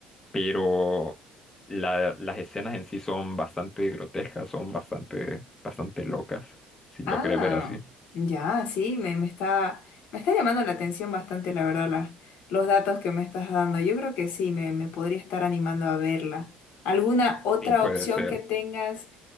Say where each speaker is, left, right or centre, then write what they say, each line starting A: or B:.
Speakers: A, on the left; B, on the left.
A: pero la- las escenas en sí son bastante grotescas, son bastante, bastante locas. Si lo
B: Ah,
A: querés ver así,
B: ya, sí, me, me está, me está llamando la atención bastante, la verdad, las, los datos que me estás dando. Yo creo que sí, me, me podría estar animando a verla. ¿Alguna otra
A: sí puede
B: opción
A: ser.
B: que tengas?